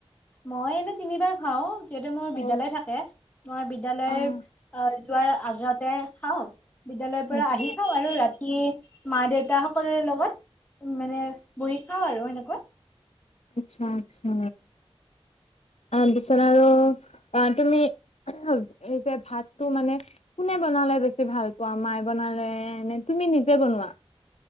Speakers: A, on the left; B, on the left.
A: মই এনে তিনিবাৰ খাও যেতিয়া মোৰ বিদ্যালয়
B: অ
A: থাকে । মই বিদ্যালয়
B: অ',
A: আহ যোৱাৰ আগতে খওঁ বিদ্যায়ালয়ৰ পৰা
B: আচ্ছা,
A: আহি খাওঁ আৰু ৰাতি মা দেউতা সকলোৰে লগত উ মানে বহি খাও আৰু সেনেকুৱা।
B: আচ্ছা আচছা ত পিছত আৰু তুমি এ যে ভাতটো মানে কোনে বনালে বেছি ভাল পোৱা মায়ে বনালে নে তুমি নিজে বনোৱা ।